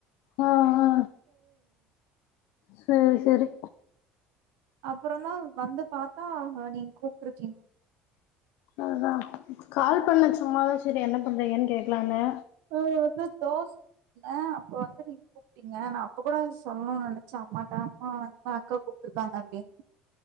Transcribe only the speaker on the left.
ஆ ஆ சேரி சேரி.
அதுதா கால் பண்ணே சும்மாதா சேரி என்ன பண்றீங்கன் கேக்கலானு.